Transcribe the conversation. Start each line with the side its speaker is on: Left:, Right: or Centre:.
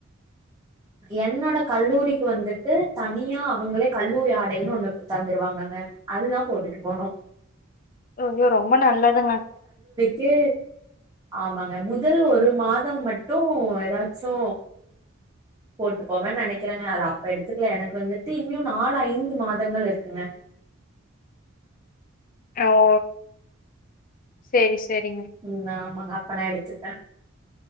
Right: என்னோட கல்லூரிக்கு வந்துட்டு தனியா அவ்ங்களே கல்லூரி ஆடைன்னு ஒண்ணுக் தந்துருவாங்கங்க அதுதா போட்டுட்டு போனு
Left: ஐயோ ரொம்ப நல்லதுங்க
Right: தே ஆமாங்க முதல் ஒரு மாதம் மட்டு ஏதாச்சு போட்டு போவன்னு நெனைக்கிறாங்க அது அப்ப எடுத்துக்கல எனக்கு வந்துட்டு இன்னியு நாலு ஐந்து மாதங்கள் இருக்குங்க
Left: அ ஓ சேரி செரிங்க
Right: ம் ஆமாங்க அப்ப நா எடுத்துப்பே